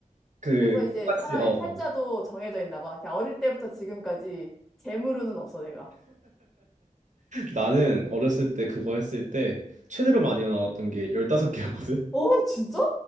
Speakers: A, on the right; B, in the centre.
A: 그
B: 그래서 이제
A: 똑같이,
B: 사람의
A: 어.
B: 팔자도
A: 어.
B: 정해져 있나 봐. 그냥 어릴 때부터 지금까지 재물운은 없어, 내가.
A: 나는 어렸을 때 그거 했을 때 최대로 많이 나왔던 게 15개였거든?
B: 어, 진짜?